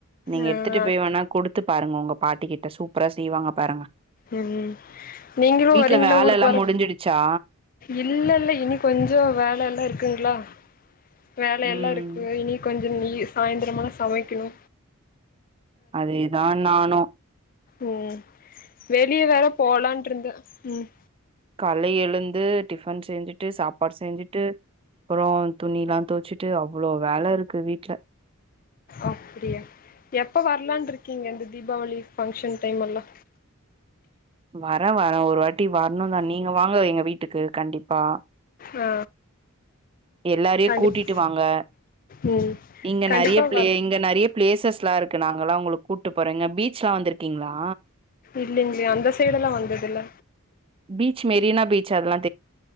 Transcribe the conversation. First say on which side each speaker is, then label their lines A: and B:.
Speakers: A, on the right; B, on the left.
A: நீங்க
B: ஆஹ்
A: எடுத்துட்டுப்போய் வேணா குடுத்து பாருங்க உங்க பாட்டிக்கிட்ட சூப்பரா செய்வாங்க பாருங்க
B: உம் நீங்களு
A: வீட்ல
B: வரீங்களா
A: வேலல்லாம்
B: ஊருக்கு வர
A: முடிஞ்சிடுச்சா?
B: இல்ல இல்ல இனி கொஞ்சோ வேலல்லா இருக் குங்களா வேலயெல்லா
A: ம்.
B: இருக்கு இனி கொஞ்ச இனி சாய்ந்திரமான சமைக்கணு
A: அதேதா நானு
B: உம் வெளியெ வேற போலான்ட்ருந்தெ உம்
A: கால்ல எழுந்து டிஃபன் செஞ்சுட் டு சாப்பாடு செஞ்சிட்டு அப்பறொ துணிலா தொவச்சிட்டு அவ்ளோ வேலருக்கு வீட்ல
B: அப்டியா எப்ப வரலான் இருக்கிங்க இந்த தீபாவளி ஃபங்க்ஷன் டைம் எல்லா
A: வரெ வரெ ஒரு வாட்டி வர்ணு தா நீங்க வாங்க எங்க வீட்டுக்கு கண்டிப்பா
B: ஆ
A: எல்லாரையு
B: கண்டிப்
A: கூட்டிட்டு வாங்க
B: ம்
A: இங்க
B: கண்டிப்பா
A: நெறைய ப்ளே
B: வர
A: இங்க நெறைய ப்ளேசஸ்லா இருக்கு நாங்கல்லா உங்களுக் கூட்டு போறெங்க பீச் ச்லா வந்துருக்கிங்ளா
B: இல்லைங்ளே அந்த சைடெல்லா வந்ததில்ல
A: பீச் மெரினா பீச் அத்ல்லா